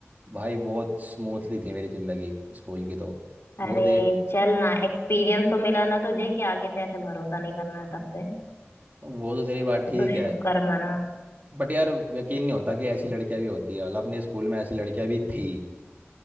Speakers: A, on the right; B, on the left.
A: भाई बहुत स्मूथली थी मेरी जिंदगी स्कूल की तो वो
B: अरे
A: दे
B: चल ना एक्सपीरियंस तो मिला ना तुझे कि आगे से ऐसे भरोसा नहीं करना सब पे
A: वो तो तेरी बात
B: तो
A: ठीक
B: तू शुक्र
A: है
B: मना
A: बट यार यकीन नहीं होता कि ऐसी लड़कियां भी होती है मतलब अपने स्कूल में ऐसी लड़कियां भी थी